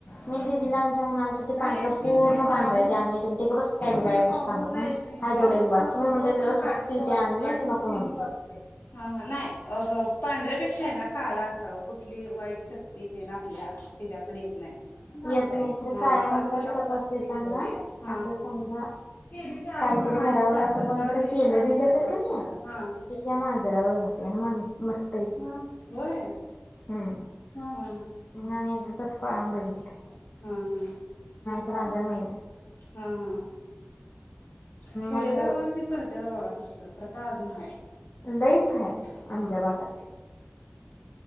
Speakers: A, on the left; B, on the left.
A: माहिती आहे का? तिला आमच्या म्हणाल तर ते पांढर पूर्ण पांढरा येते आणि गबस काय बी काय सांगु नकोस आहे
B: हा
A: तेवढे एक
B: हा
A: बास. म्हणल तिला सुट्टी होती आणली ती नको म्हणाली.
B: हं हं नाही अग पांढऱ्यापेक्षा क्षा आहे ना काळा असावा कुठली वाईट शक्ती ते ना आपल्या ह्याच्याकडे येत नाही
A: येत नाही खर
B: हा
A: काळया मांजरच कस असते सांगा
B: हा
A: असं समजा काहीतरी घरावर असं कोणतरी केलं बिल तर कणी ते
B: हा
A: काय माण जरा वर जाते आणि म्हणते ताई ते
B: होय
A: हम्म
B: हा
A: म नेमकं तस हम्म बघितले
B: हम्म हम्म.
A: हां जमेल.
B: हं हं. खेडेगावात
A: मग
B: बी करत्यात, बघा तसलं प्रथा अजून- हाय.
A: लईच हाय,
B: हा
A: आमच्या भागात.